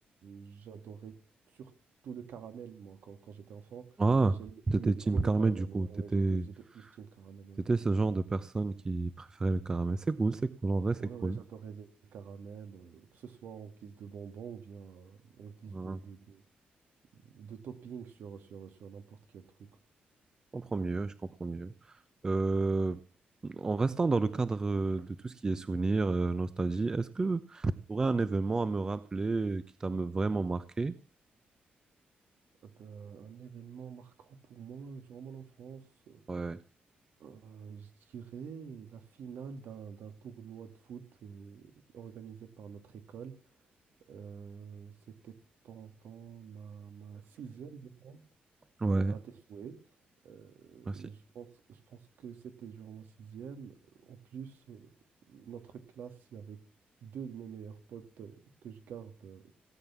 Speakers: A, on the right; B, on the right.
A: j'adorais surtout le caramel, moi, quand, quand j'étais enfant.
B: Ah,
A: J'aimais,
B: t'étais
A: j'aimais trop
B: team
A: le
B: Carmen
A: caramel.
B: du coup.
A: Ouais,
B: T'étais,
A: ouais, j'étais, j'étais plus team caramel, ouais.
B: t'étais ce genre de personne qui préférait le caramel. C'est cool, c'est cool. En vrai, c'est
A: Ouais,
B: cool.
A: ouais, j'adorais les caramels, euh, que ce soit en guise de bonbons ou bien euh, en guise
B: Ah,
A: de, de, de, de topping sur, sur, sur n'importe quel truc.
B: je comprends mieux, je comprends mieux. Euh, en restant dans le
A: Ouais.
B: cadre euh, de tout ce qui est souvenirs, euh, nostalgie, est-ce que tu aurais un événement à me rappeler euh, qui t'a me- vraiment marqué?
A: Euh, bah, un événement marquant pour moi durant mon enfance,
B: Ouais.
A: euh, je dirais la finale d'un d'un tournoi de foot euh, organisé par notre école. Euh, c'était pendant ma, ma sixième, je pense,
B: Ouais,
A: à tes souhaits. Euh,
B: merci.
A: je pense, je pense que c'était durant ma sixième. En plus, euh, notre classe, il y avait deux de mes meilleurs potes euh, que je garde euh,